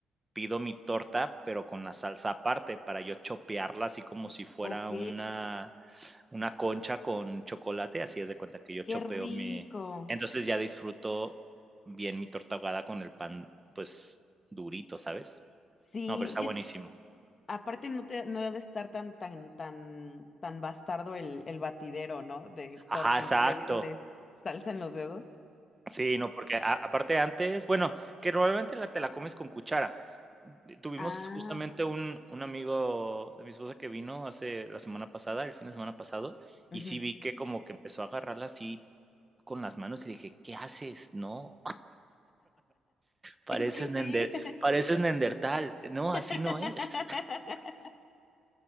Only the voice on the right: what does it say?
pido mi torta, pero con la salsa aparte para yo chopearla así como si fuera
una una concha con chocolate, así haz de cuenta que yo
chopeo
mi entonces ya disfruto bien mi torta ahogada con el pan, pues, durito, ¿sabes?
No, pero está
buenísimo.
Ajá,
exacto.
Sí, no, porque a aparte antes, bueno, que normalmente la te la comes con cuchara. D- Tuvimos
justamente un un amigo de mi esposa que vino hace la semana pasada, el fin de semana pasado,
y sí vi
que como que empezó a agarrarla así con las manos y dije: "¿Qué haces? No". Pareces
nender
pareces neandertal. No,
así no es.